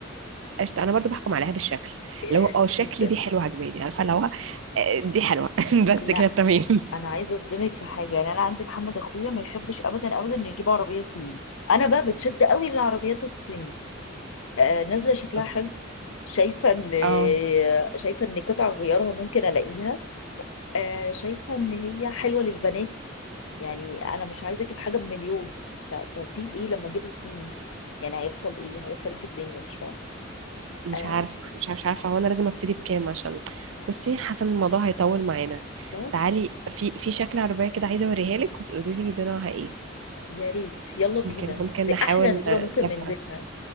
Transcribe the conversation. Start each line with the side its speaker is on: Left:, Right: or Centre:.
Right: قشطه انا برضو بحكم عليها بالشكل اللي
Left: <laughs>
Right: هو اه شكل
Left: جدا
Right: دي حلوه عجباني عارفه اللي هو آه، دي حلوه <laughs> بس
Left: لا
Right: كده تمام
Left: انا عايزه اصدمك في حاجه يعني انا عندي محمد اخويا ما يحبش ابدا ابدا انه يجيب عربيه صيني انا بقى بتشد قوي للعربيات الصيني آه، نازله شكلها
Right: <laughs>
Left: حلو شايفه ان
Right: اه
Left: شايفه ان قطع غيارها ممكن الاقيها آه، شايفه ان هي حلوه للبنات يعني انا مش عايزه اجيب حاجه بمليون ف- ففي ايه لما اجيب صيني يعني هيحصل ايه هيحصل ايه في الدنيا مش فاهمه
Right: مش
Left: آه،
Right: عارفة مش عارفة مش عارفة هو أنا لازم أبتدي بكام عشان بصي حاسة إن الموضوع هيطول معانا
Left: صح
Right: تعالي في في شكل عربية كده عايزة أوريها لك وتقولي لي نوعها إيه
Left: يا ريت يلا بينا
Right: ممكن ممكن
Left: دي
Right: نحاول
Left: احلى
Right: ن-
Left: نزوله ممكن
Right: نفهم
Left: ننزلها